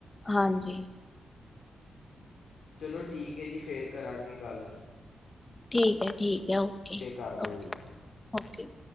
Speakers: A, on the left (about 20°); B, on the left (about 75°).
A: ਹਾਂਜੀ
B: ਚਲੋ ਠੀਕ ਹੈ ਜੀ ਫਿਰ ਕਰਾਂਗੇ ਗੱਲ
A: ਠੀਕ ਠੀਕ ਓਕੇ
B: ਕਰ ਦਿਓ
A: ਓਕੇ
B: ਜੀ
A: ਠੀਕ